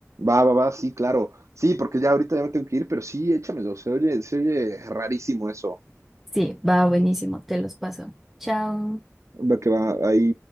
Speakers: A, on the right; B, in the centre.
A: Va, va, va, sí, claro. Sí, porque ya ahorita ya me tengo que ir, pero sí, échamelo. Se oye, se oye rarísimo eso.
B: Sí, va buenísimo, te los paso. Chao.
A: Va que va, ahí.